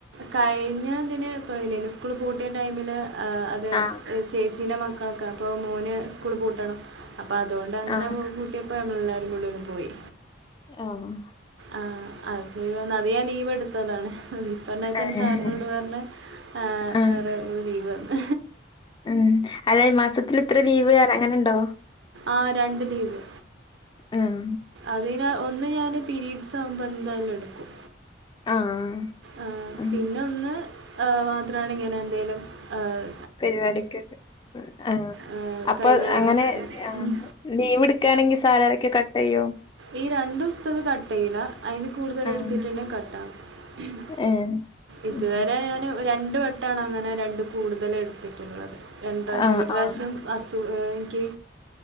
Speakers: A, on the right; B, on the left.
A: കഴിഞ്ഞ ഇതിന് ഇപ്പ <unintelligible> സ്കൂള് പൂട്ടിയ ടൈമില് അത്
B: ആഹ്
A: ചേച്ചീന്റെ മക്കളൊക്കെ അപ്പൊ മോന് സ്കൂള് പൂട്ടണം. അപ്പൊ അതുകൊണ്ട് അങ്ങനെ
B: ആഹ്
A: പു പൂ ട്ട്യപ്പം നമ്മളെല്ലാരും കൂടി ഒന്ന് പോയി.
B: ആഹ്
A: ആഹ് അത് വന്ന് അത് ഞാൻ ലീവ് എടുത്തതാണ് ഇപ്പർഞ്ഞായിരി തന്നെ
B: ഏഹ്
A: സാറിനോട് പർന് ഏഹ്
B: ആഹ്
A: സാറ് ഒരു ലീവ് തന്ന്.
B: ഉം അ അല്ലാ ഈ മാസത്തിൽ ഇത്ര ലീവ് അർഞ് അങ്ങനെണ്ടോ
A: ആഹ് രണ്ട് ലീവ്
B: ആഹ്
A: അതിന് ഒന്ന് ഞാന് പിരീഡ്സാവുമ്പം എന്തായാലും എടുക്കും
B: ആഹ്
A: ഏഹ്
B: ഉം
A: പിന്നെ ഒന്ന് ഏഹ് മാത്രാണ് ഇങ്ങനെ എന്തെലും ഏഹ്
B: പരിപാടിക്കൊകെ ആഹ്
A: ആ,
B: അപ്പൊ
A: കഴിഞ്ഞ
B: അങ്ങനെ
A: ദിവസം
B: ആഹ്
A: ഉം.
B: ലീവ് ഇട്ക്കാണെങ്കി സാലറിക്കെ കട്ടെയ്യോ?
A: ഈ രണ്ടുസ്തത് കട്ടെയ്യൂല്ല. അയിന് കൂടുതൽ
B: ആഹ്
A: എടുത്തിട്ടുണ്ടെ കട്ട് ആവും. ഉം
B: ഏഹ്
A: ഇതുവരെ
B: ഹ്മ്മ്.
A: ഞാന് രണ്ട് വട്ടാണ് അങ്ങനെ രണ്ട് കൂടുതല് എടുത്തിട്ടുള്ളത്. രണ്ട് റാശ്യം.
B: ആ,
A: ഒരു
B: ആ.
A: റാശ്യം അസു ഇൻക്ക്